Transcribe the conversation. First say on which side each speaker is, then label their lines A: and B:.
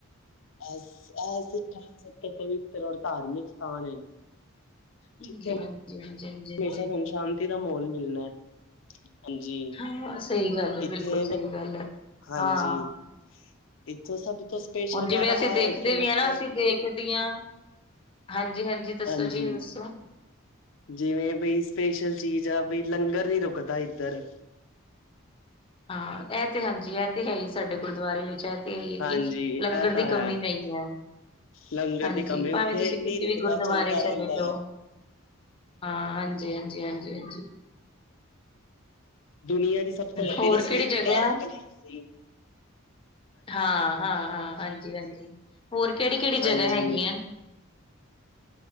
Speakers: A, on the left (about 65°); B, on the left (about 25°).
A: ਇਹ ਸਿੱਖ ਸਿੱ ਪਵਿੱਤਰ ਔਰ ਧਾਰਮਿਕ ਸਥਾਨ ਹੈ।
B: ਹਾਂਜੀ
A: ਜਿੱਥੇ
B: -ਹਾਂਜੀ, ਹਾਂਜੀ -ਹਾਂਜੀ।
A: ਹਮੇਸ਼ਾ
B: ਹਾਂਜੀ
A: ਧਨ- ਸ਼ਾਂਤੀ ਦਾ ਮਾਹੌਲ ਮਿਲਣਾ ਹੈ। ਹਾਂਜੀ,
B: ਹਾਂ ਸਹੀ ਗੱਲ ਹੈ
A: ਇੱਥੇ
B: ਬਿਲਕੁਲ ਸਹੀ ਗੱਲ ਹੈ
A: ਹਾਂਜੀ।
B: ਹਾਂ
A: ਇੱਥੋਂ ਸਭ ਤੋਂ ਸਪੈਸ਼ਲ
B: ਹੁਣ ਜਿਵੇਂ
A: ਗੱਲ
B: ਅਸੀਂ
A: ਆ
B: ਦੇਖਦੇ
A: ਇੱਥੇ ਲੰਗਰ
B: ਵੀ ਹ ਨਾ ਅਸੀਂ ਦੇਖਦੇ ਹਾਂ, ਹਾਂਜੀ- ਹਾਂਜੀ। ਦੱਸੋ
A: ਹਾਂਜੀ।
B: ਜੀ ਦੱਸੋ
A: ਜਿਵੇਂ ਬਈ ਸਪੈਸ਼ਲ ਚੀਜ਼ ਆ ਬਈ ਲੰਗਰ ਨੀ ਰੁਕਦਾ ਇੱਧ। ਰ
B: ਹਾਂ ਇਹ ਤੇ ਹਾਂਜੀ ਇਹ ਤੇ ਹੈ ਹੀ ਸਾਡੇ ਗੁਰਦੁਆਰੇ ਵਿੱਚ ਇਹ ਤੇ ਹੈ ਹੀ ਹੈ
A: ਹਾਂਜੀ
B: ਕਿ
A: ਇਹ
B: ਲੰਗਰ
A: ਤਾਂ
B: ਦੀ ਕਮੀ
A: ਹੈ
B: ਨਈ। ਨਹੀਂ ਹੈ।
A: ਲੰਗਰ
B: ਹਾਂਜੀ,
A: ਦੀ ਕਮੀ
B: ਭਾਵੇਂ
A: ਉੱਥੇ
B: ਤੁਸੀਂ ਕਿਸੇ
A: ਨਹੀਂ ਰੁਕਦਾ
B: ਵੀ ਗੁਰਦੁਆਰੇ
A: ਚੱਲਦਾ ਰਹਿੰਦਾ
B: ਚਲੇ ਜਾਓ।
A: ਆ
B: ਹਾਂ, ਹਾਂਜੀ- ਹਾਂਜੀ, ਹਾਂਜੀ -ਹਾਂਜੀ
A: ਦੁਨੀਆਂ ਦੀ ਸਭ ਤੋਂ ਵੱਡੀ
B: ਹੋਰ
A: ਰਸੋਈ
B: ਕਿਹੜੀ ਜਗ੍ਹਾ
A: ਵੀ ਕਹਿ ਸਕਦੇ
B: ਆ?
A: ਹਾਂ ਅਸੀਂ
B: ਹਾਂ, ਹਾਂ, ਹਾਂ, ਹਾਂਜੀ -ਹਾਂਜੀ, ਹੋਰ ਕਿਹੜੀ ਕਿਹੜੀ ਜਗ੍ਹਾ
A: ਹਾਂਜੀ
B: ਹੈਗੀਆਂ?